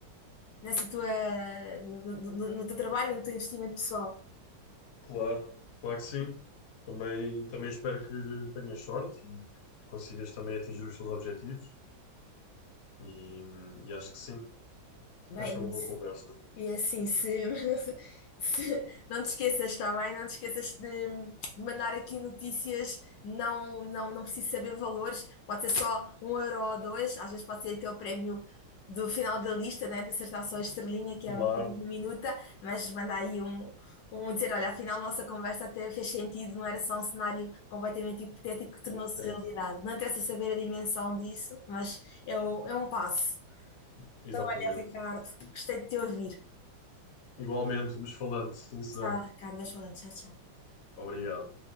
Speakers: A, on the left (about 70°); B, on the left (about 55°).
A: nessa tua, no- no- no teu trabalho, no teu investimento pessoal.
B: Claro, claro que sim. Também, também espero que tenhas sorte e, e consigas também atingir os teus objetivos. E, e acho que sim.
A: Bem,
B: Acho que foi uma boa conversa.
A: E é assim, se, <laughs> se não te esqueças, está bem? Não te esqueças de, de mandar aqui notícias, não, não, não preciso saber valores, pode ser só um euro ou dois, às vezes pode ser até o prémio do final da lista, né? De acertar só a estrelinha, que
B: Claro,
A: é uma coisa diminuta, mas manda aí um, um dizer, olha, afinal nossa conversa até fez sentido, não era só um cenário completamente hipotético que tornou-se
B: hipotético.
A: realidade. Não interessa saber a dimensão disso, mas é, o- é um passo.
B: Exatamente.
A: Então, olha, Ricardo, gostei de te ouvir.
B: Igualmente, vamos falando. Sim, Susana.
A: Tchau, Ricardo. Vais falando. Tchau, tchau.
B: Obrigado.